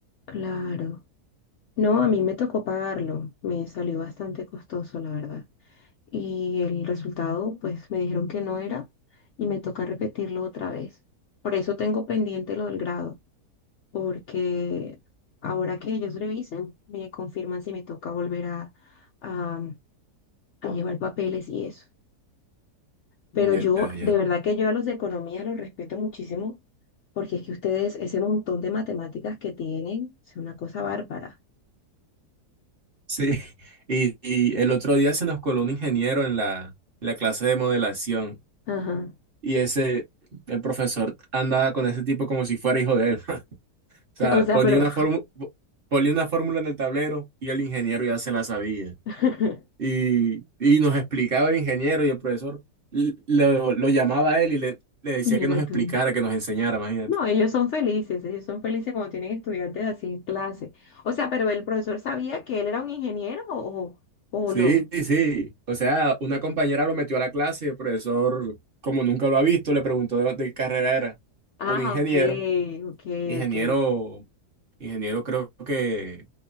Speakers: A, on the left (about 80°); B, on the right (about 40°).
A: claro. No, a mí me tocó pagarlo, me salió bastante costoso, la verdad. Y el resultado, pues me dijeron que no era y me toca repetirlo otra vez. Por eso tengo pendiente lo del grado. porque ahora que ellos revisen, me confirman si me toca volver a, a- a llevar papeles y eso. Pero
B: Ya,
A: yo,
B: ya.
A: de verdad que yo a los de economía los respeto muchísimo, porque es que ustedes, ese montón de matemáticas que tienen, es una cosa bárbara.
B: Sí, y, y el otro día se nos coló un ingeniero en la, en la clase de modelación
A: Ajá.
B: y ese, el profesor andaba con ese tipo como si fuera hijo de él. <laughs> O
A: <laughs>
B: sea,
A: O sea,
B: ponía
A: pero...
B: una fórmula, ponía una fórmula en el tablero y el ingeniero ya se la sabía.
A: <laughs>
B: Y, y nos explicaba el ingeniero y el profesor l- lo, lo llamaba a él y le, le decía
A: Mira
B: que nos explicara,
A: tú.
B: que nos enseñara, imagínate.
A: No, ellos son felices, ellos son felices cuando tienen estudiantes así en clase. O sea, pero el profesor sabía que él era un ingeniero o, o
B: Sí,
A: no.
B: sí. O sea, una compañera lo metió a la clase, el profesor, como nunca lo ha visto, le preguntó de, de qué carrera era.
A: Ah,
B: Un ingeniero,
A: ok, ok,
B: ingeniero,
A: ok.
B: ingeniero creo que